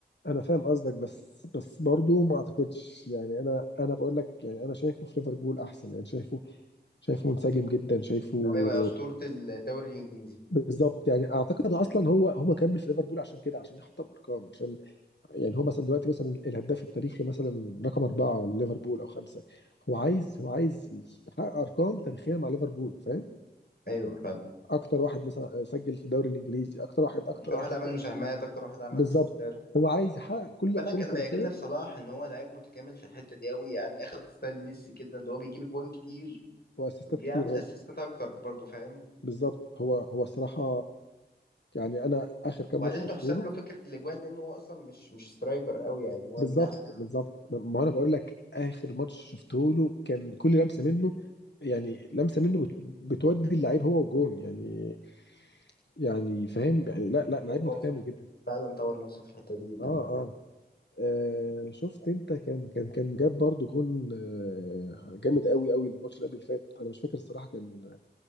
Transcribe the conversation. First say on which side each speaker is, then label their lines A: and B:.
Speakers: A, on the left; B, on the left.
A: انا فاهم قصدك بس بس برضو ما اعتقدش يعني انا انا بقول لك يعني انا شايفه في ليفربول احسن يعني شايفه شايفه منسجم جدا شايفه
B: ان هو يبقى اسطورة الدوري الانجليزي
A: بالظبط يعني اعتقد اصلا هو هو كمل في ليفربول عشان كده عشان يحطم ارقام عشان يعني هو مثلا دلوقتي مثلا الهداف التاريخي مثلا رقم أربعة ليفربول أو خمسة هو عايز هو عايز يحقق أرقام تاريخية مع ليفربول فاهم
B: ايوه فعلا
A: أكتر واحد مثلا سجل في الدوري الإنجليزي أكتر واحد أكتر
B: اكتر واحد
A: واحد أكتر
B: عمل مساهمات اكتر واحد عمل
A: بالظبط
B: اسيستات
A: هو عايز يحقق كل
B: خد
A: الأرقام
B: بالك
A: التاريخية
B: انا بيعجبني في صلاح ان هو لعيب متكامل في الحتة دي قوي يعني اخد ستايل ميسي كده اللي هو بيجيب جوان كتير
A: وأسيستات
B: وبيعمل
A: كتير برضه
B: اسيستات اكتر برضه فاهم
A: بالظبط هو هو الصراحة يعني أنا آخر كام
B: وبعدين
A: ماتش شفته
B: تحسب
A: له
B: له فكره الاجوان لان هو اصلا مش مش سترايكر قوي يعني هو
A: بالظبط
B: جناح
A: بالظبط ما أنا بقول لك آخر ماتش شفته له كان كل لمسة منه يعني لمسه منه بت- بتودي اللعيب هو وجون يعني يعني فاهم يعني لا لا لعيب
B: هو
A: متكامل
B: اه
A: جدا
B: فعلا طور نفسه في الحته دي جدا
A: اه اه آه، شفت انت كان كان كان جاب برضو جون آه، جامد قوي قوي الماتش اللي قبل اللي فات انا مش فاكر الصراحه كان